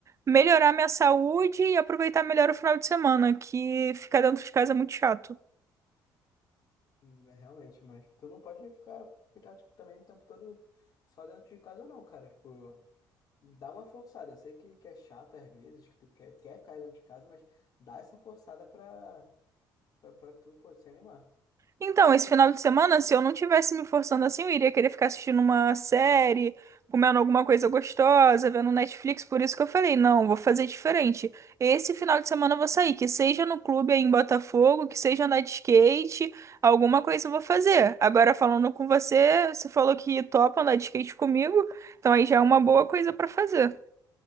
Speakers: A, on the right; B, on the left.
A: melhorar minha saúde e aproveitar melhor o final de semana, que ficar dentro de casa é muito chato.
B: Hum, é, Realmente, mas tu não pode ficar, ficar tipo, também o tempo todo só dentro de casa, não, cara. Tipo, dá uma forçada. Eu sei que, que é chato às vezes, que tu quer, quer ficar dentro de casa, mas dá essa forçada pra, pra, pra tu, pô, se animar.
A: Então, esse final de semana, se eu não tivesse me forçando assim, eu iria querer ficar assistindo uma série, comendo alguma coisa gostosa, vendo Netflix. Por isso que eu falei, não, vou fazer diferente. Esse final de semana eu vou sair, que seja no clube aí em Botafogo, que seja andar de skate, alguma coisa eu vou fazer. Agora, falando com você, você falou que topa andar de skate comigo, então aí já é uma boa coisa pra fazer.